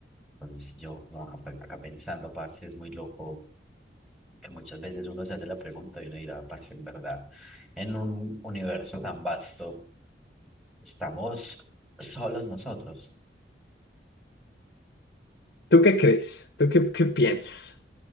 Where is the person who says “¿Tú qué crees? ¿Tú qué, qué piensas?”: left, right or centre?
Left